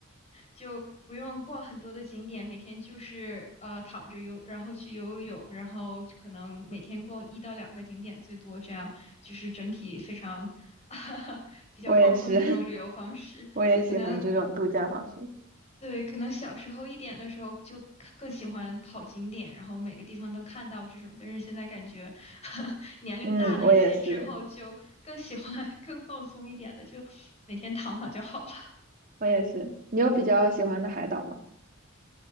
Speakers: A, on the left; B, on the right.
A: 就不用逛很多的景点，每天就是呃躺着游，然后去游游泳，然后可能每天逛一到两个景点最多，这样就是整体非常 <laughs> 比较放松这种旅游方式，
B: 我也是，<laughs> 我也喜欢这种度假方式。
A: 可能。对，可能小时候一点的时候就看更喜欢跑景点，然后每个地方都看到这种，但是现在感觉 <laughs> 年龄大了一些之后，
B: 嗯，我也是。
A: 就更喜欢 <laughs> 更放松一点的，就每天躺躺就好了。
B: 我也是。你有比较喜欢的海岛吗？